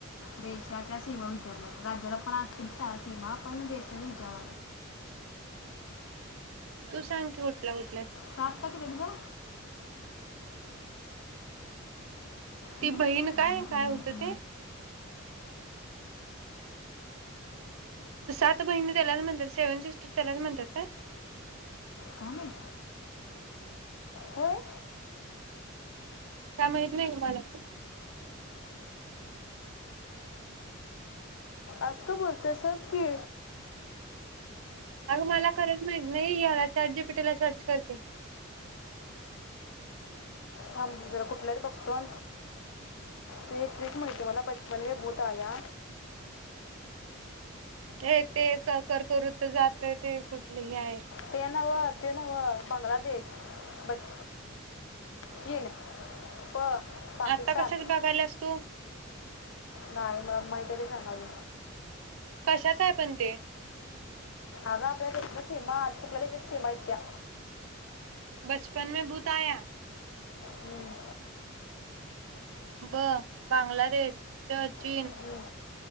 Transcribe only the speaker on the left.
देशाच्या सीमा वी राज्याला आपण आस् सीमा आपण देशाच्या विचार
सात का किती आहेत ग
हं?
काय नाही.
होय
आज का बोलतय सांग की
थांब जरा कुठला तर बघतो ते त्रीच म्हणते मला बचपन व भूत आ या.
ते नव ते नव बांग्लादेश बस. चीन. प पाकिस्तान
नाही मला माहीतरी सांगावी.
अग आपल्या देश सीमा कुठल्या देशाच्या सीमा येत त्या?
हम्म.
हम्म.